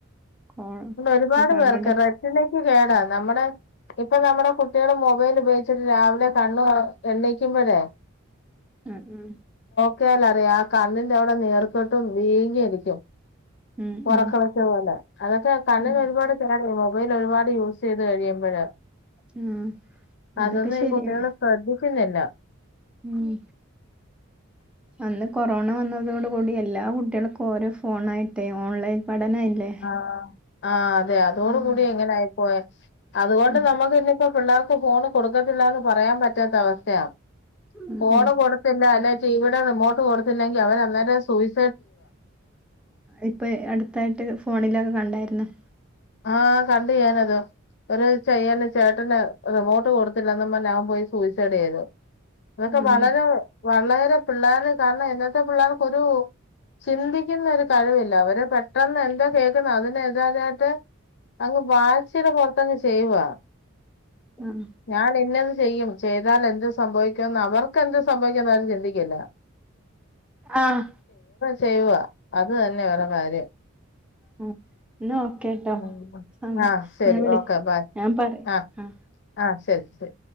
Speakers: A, in the centre; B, on the left.
A: കോ
B: ണ്ട് ഒരുപാട്
A: ഈ കണ്ണട
B: പേർക്ക് <unintelligible> കേടാ നമ്മടെ ഇപ്പ നമ്മടെ കുട്ടികള് മൊബൈൽ ഉപയോഗിച്ചിട്ട് രാവിലെ കണ്ണ് കണ് എണീക്കുമ്പഴേ
A: ഉം ഉം
B: ക്കാലറിയ ആ കണ്ണിന്റെ അവിടെ നീർ ക്കെട്ടും വീങ്ങിയിരിക്കും
A: ഉം
B: ഉറക്കളച്ച
A: ഉം
B: പോലാ അതൊക്കെ അങ്ങനെ
A: ഉം
B: ഒരുപാട് കേട് മൊബൈൽ ഒരുപാട് യൂസ് ചെയ്യ് ത് കഴിയുമ്പഴ
A: ഉം ആഹ് അതൊക്കെ
B: അതൊന്നും
A: ശരിയാണ്
B: ഈ കുട്ടികള് ശ്രദ്ധിക്കുന്നില്ല
A: ഉം അന്ന് കൊറോണ വന്നതോട് കൂടി എല്ലാ കുട്ടികൾക്കും ഓരോ ഫോണായിട്ടേ ഓൺലൈൻ പഠനായില്ലേ
B: ആഹ് ആഹ് ആഹ് അതെ അതോടുകൂടി
A: ഉം
B: ഇങ്ങനായിപ്പോയ അതുകൊണ്ട്
A: ഉം
B: നമ്മക്ക് ഇനിപ്പോ പിള്ളേർ ക്ക് ഫോണ് കൊടുക്കത്തില്ലന്ന് പറയാൻ പറ്റ റ്റാത്ത അവസ്ഥയാണ്
A: ഉം
B: ഫോണ്
A: ഉം
B: കൊടുത്തില്ലല്ലേ ടീവിടെ റിമോട്ട് കൊടുത്തില്ലെങ്കി അവര് അന്നേരെ സൂയ്
A: ഇപ്പൊ അടുത്തായിട്ട് ഫോണിലൊക്ക കണ്ടായിരുന്നു
B: ആഹ് കണ്ട് ഞാനത് ഒരു ചെയ്യന് ചേട്ടന് റിമോട്ട് കൊടുത്തില്ലന്നും പറഞ്ഞ് അവൻ പോയി സൂയിസൈഡ് ചെയ്ത് അതൊക്കെ
A: ഉം
B: വളരെ വളരെ പിള്ളേര് കാരണം ഇന്നത്തെ പിള്ളേർക്കൊരു ചിന്തിക്കുന്ന ഒരു കഴിവില്ല അവര് പെ പെട്ടെന്ന് എന്താ കേൾക്കുന്ന് അതിന് എതിരാരായിട്ട് അങ്ങ് വാശിടെ പൊറത്തങ്ങ് ചെയ്യുവാ
A: ഉം
B: ഞാൻ എന്നത് ചെയ്യും ചെയ്താൽ എന്ത് സംഭവിക്കും എന്ന് അവർക്ക് എന്തു സംഭവിക്കും എന്ന് അവര് ചിന്തിക്കില്ല
A: ആഹ്
B: ചെയ്യുവാ അത് തന്നെ വേറെ കാര്യം
A: മ്മ് എന്ന ഓക്കെട്ടോ
B: ഉം.
A: സംസ്
B: ആ ശരി
A: ഞാൻ വിളി
B: ഓക്കെ ബൈ
A: ഞാൻ പറയാ
B: ആ
A: ആഹ്
B: ആ ശരി ശരി